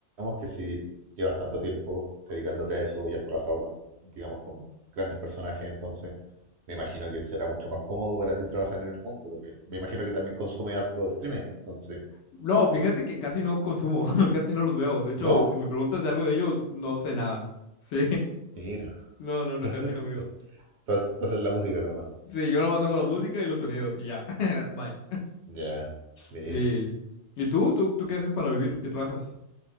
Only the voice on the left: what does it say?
No, fíjate que casi no consumo, <laughs> casi no los veo. De hecho,
si me preguntas de algo de ellos, no sé nada. <laughs> Sí,
no, no, no,
casi no veo.
Sí, yo nomás hago la música y los sonidos y ya. <laughs> Bye.
Sí. ¿Y tú? ¿Tú, tú qué haces para vivir? ¿Qué trabajas?